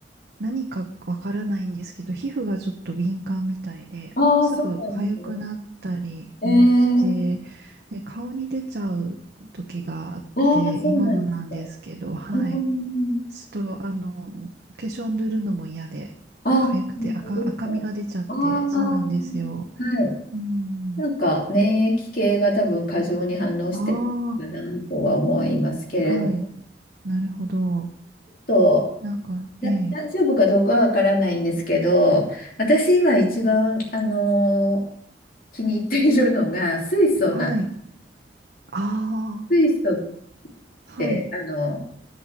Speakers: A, on the right; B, on the left.
A: 何かわからないんですけど、皮膚がちょっと敏感みたいで、
B: ああー、
A: すぐ痒くなったりうんして、
B: そうなんですね。えー、
A: で、顔に出ちゃう時があって、
B: ああ、そうなんですか。
A: 今もなんですけど、
B: うーん。
A: はい。ちょっと、あの、化粧塗るのも嫌で、
B: あ、
A: 痒くて赤、
B: 本当ですか。
A: 赤みが出ちゃって、
B: ああ、は
A: そうなんですよ。
B: い。
A: うん。
B: なんか免疫系が多分過剰に反応してるのかなとは思いますけれど、
A: ああ、はい。なるほど。
B: と、
A: なんか、
B: だ大丈夫かどうかはわからないんですけど、
A: ええ、
B: 私今一番、あのー気に入っているのが水素なん、
A: はい。あ
B: 水素っ
A: あ、
B: て、
A: はい。
B: あの